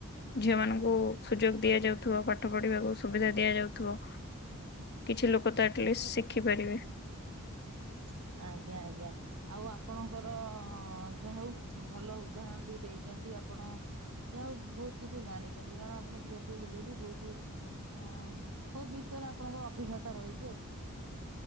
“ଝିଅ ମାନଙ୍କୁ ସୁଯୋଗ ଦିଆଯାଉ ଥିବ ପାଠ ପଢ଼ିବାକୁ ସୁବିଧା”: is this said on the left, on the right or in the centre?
Left